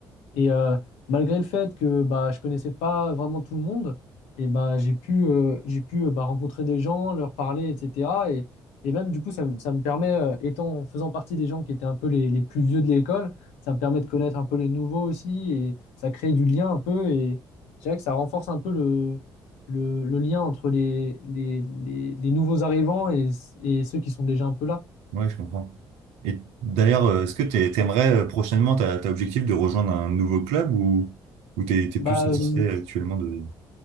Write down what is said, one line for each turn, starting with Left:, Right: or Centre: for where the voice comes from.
Left: Et euh, malgré le fait que bah, je connaissais pas vraiment tout le monde, et bah, j'ai pu, euh, j'ai pu euh, bah, rencontrer des gens, leur parler, etc. Et, et même du coup, ça, me ça me permet, euh, étant, faisant partie des gens qui étaient un peu les, les plus vieux de l'école, ça me permet de connaître un peu les nouveaux aussi, et ça crée du lien un peu, et je dirais que ça renforce un peu le, le, le lien entre les, les, les, les nouveaux arrivants et, et ceux qui sont déjà un peu là.
Right: Ouais, je comprends. Et d'ailleurs, euh, est-ce que t'es- t'aimerais euh, prochainement, t'as t'as objectif de rejoindre un nouveau club ou, ou t'es, t'es
Left: Bah,
Right: plus satisfait
Left: euh,
Right: actuellement de,